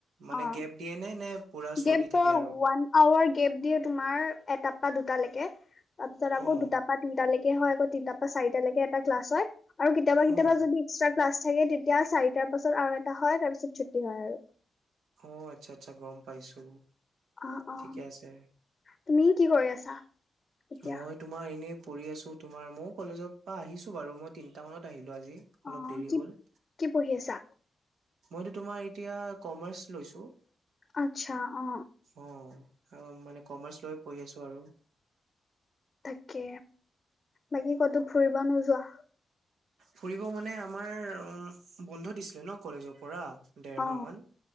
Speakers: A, on the right (about 80°); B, on the left (about 35°).
A: মানে
B: অ
A: গেপ দিয়ে নে নে পুৰা চলি
B: গেপ
A: থাকে
B: ওৱান
A: আৰু
B: আৱাৰ গেপ দিয়ে তোমাৰ এট পৰা দুটালৈকে তাৰ পিছত আকৌ
A: অ
B: দুটা পৰা তিনটালৈকে হয় তিনটা পৰা চাৰিট লকে এটা ক্লাছ হয় আৰু কেতিয়াবা কেতিয়াবা
A: অ
B: যদি এক্স্ৰা ক্লা চাগে তেতিয়া চাৰিটাৰ পাছত আৰু এটা হয় তাৰ পিছত ছুটি হয় আৰু
A: অ আচ্ছা আচ্ছা গম পাইছো
B: অ অ
A: ঠিকে আছে
B: তুমি কি কৰি আছা এতিয়া?
A: মই তোমাৰ এনে পঢ়ি আছো তোমাৰ মইও কলেজৰ পৰা আহিছো বাৰু মই তিনিটা মানত আহিলো আজি
B: অ
A: অলপ দেৰি
B: কি
A: হ'ল।
B: কি পঢ়ি আছা?
A: মইতো তোমাৰ এতিয়া কমাৰ্চ লৈছো।
B: আচ্ছা অ
A: অ আৰু মানে কমাৰ্চ ল পঢ়ি আছো আৰু
B: তাকে বাকী কতো ফুৰিব নোযোৱা?
A: ফুৰিব মানে আমাৰ উ, বন্ধ দিছিলে ন কলেজৰ পৰা দেৰমাহ
B: অ
A: মান,